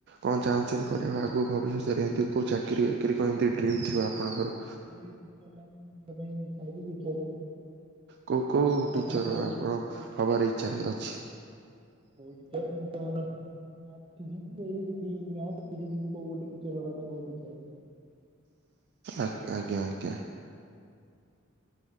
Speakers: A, on the right; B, on the right.
A: କଣ ଚାହୁଁଛନ୍ତି କରିବାକୁ ଆଗକୁ ଭବିଷ୍ୟତରେ ଏମିତି କୋଉ ଚାକିରି ବାକିରି କି ଏମିତି ଡ୍ରିମ୍ ଥିବ ଆପଣଙ୍କର।
B: ମୋର ଏଇ ଟିଚର୍ ଲାଇନ୍ ଯିବା ପାଇଁ ଇଚ୍ଛା ଅଛି ଶିକ୍ଷକ।
A: କୋଉ କୋଉ
B: ପଢାପଢି
A: ଟିଚର୍
B: କରିବି
A: ଆପଣ ହବାରେ ଇଚ୍ଛା ଅଛି।
B: କୋଉ ଟିଚର୍ ମତେ ଭଲ। ମ୍ୟାଥ୍ ଫିଜିକ୍ସ୍ ଏଇ ଯଦି ମ୍ୟାଥ୍ ଫିଜିକ୍ସ୍ କୋଉ ଗୋଟେଚର ହବା ପାଇଁ ବହୁତ ଇଚ୍ଛା ଅଛି।
A: ଆ ଆଜ୍ଞା ଆଜ୍ଞା।